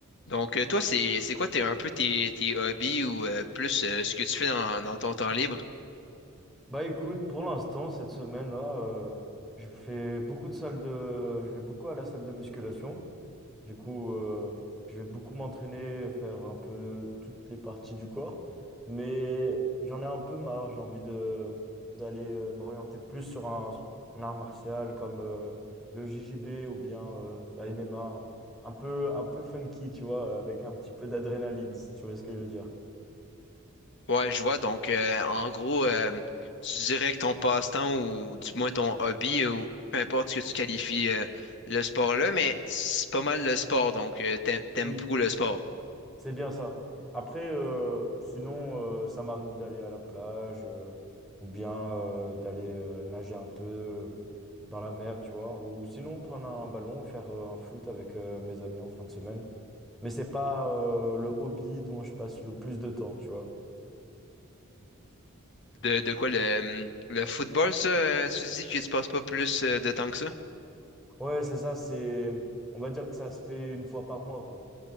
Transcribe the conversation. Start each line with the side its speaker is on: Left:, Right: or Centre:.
Left: Donc, euh, toi, c'est c'est quoi tes, un peu tes, tes hobbies ou euh, plus euh, ce que tu fais dans, dans ton temps libre?
Centre: Bah écoute, pour l'instant, cette semaine-là, euh, je fais beaucoup de salles de... Je vais beaucoup à la salle de musculation. Du coup, euh, je vais beaucoup m'entraîner, faire un peu toutes les parties du corps. Mais j'en ai un peu marre. J'ai envie de d'aller euh, m'orienter plus sur un, un art martial comme euh, le JJB ou bien euh, la MMA. Un peu, un peu funky, tu vois, avec un petit peu d'adrénaline, si tu vois ce que je veux dire.
Left: Ouais, je vois. Donc, euh, en gros, euh, tu dirais que ton passe-temps ou du moins ton hobby ou peu importe ce que tu qualifies euh, le sport là, mais c'est pas mal le sport. Donc, euh, t'aimes, t'aimes
Centre: Oui.
Left: beaucoup le sport.
Centre: C'est bien ça. Après, euh, sinon, euh, ça m'arrive d'aller à la plage euh, ou bien euh, d'aller euh, nager un peu euh, dans la mer, tu vois. Ou sinon, prendre un ballon et faire euh, un foot avec euh, mes amis en fin de semaine. Mais c'est pas euh, le hobby dont je passe le plus de temps, tu vois.
Left: De, de quoi le, le football, ça, euh, tu dis que tu passes pas plus euh, de temps que ça?
Centre: Ouais, c'est ça, c'est... On va dire que ça se fait une fois par mois, quoi.